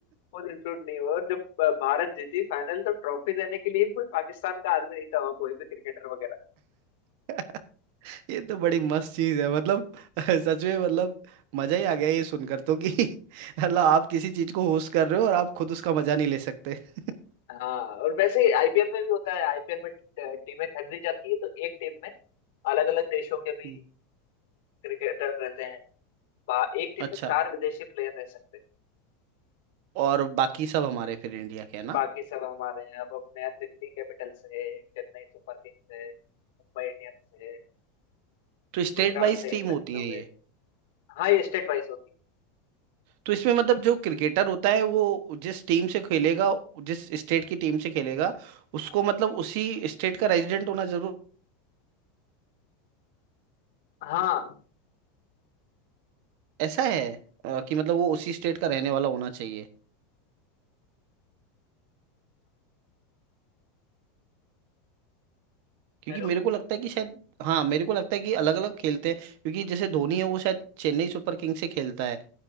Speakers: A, on the left (about 70°); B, on the right (about 60°).
A: और इंक्लूड नहीं हुआ और जब भारत जीती फाइनल तो ट्रॉफी देने के लिए भी कोई पाकिस्तान का आदमी नहीं था वहाँ कोई भी क्रिकेटर वगैरह
B: <laughs> ये तो बड़ी मस्त चीज है मतलब <laughs> सच में मतलब मजा ही आ गया ये सुनकर तो कि <laughs> मतलब आप किसी चीज को होस्ट कर रहे हो और आप खुद उसका मजा नहीं ले सकते <laughs>
A: हाँ और वैसे ही आईपीएल में भी होता है आईपीएल में टीमें खरीदी जाती है तो एक टीम में अलग अलग देशों के भी
B: हम्म।
A: क्रिकेटर रहते हैं बा- एक टीम
B: अच्छा
A: में चार विदेशी प्लेयर रह सकते हैं
B: और बाकी सब हमारे फिर इंडिया के है ना
A: बाकी सब हमारे हैं अब अपने यहाँ दिल्ली कैपिटल्स है चेन्नई सुपर किंग्स है मुंबई इंडियंस है
B: तो स्टेट
A: गुजरात
B: वाइज
A: है
B: थीम
A: लखनऊ
B: होती
A: है
B: है
A: हाँ ये स्टेट वाइज होती
B: तो इसमें मतलब जो क्रिकेटर होता है वो जिस टीम से खेलेगा जिस स्टेट की टीम से खेलेगा उसको मतलब उसी स्टेट का रेजिडेंट होना जरूर
A: है हाँ
B: ऐसा है अ, कि मतलब वो उसी स्टेट का रहने वाला होना चाहिए क्योंकि
A: हेलो
B: मेरे को लगता है कि शायद हाँ मेरे को लगता है कि अलग अलग खेलते हैं क्योंकि जैसे धोनी है वो शायद चेन्नई सुपर किंग्स से खेलता है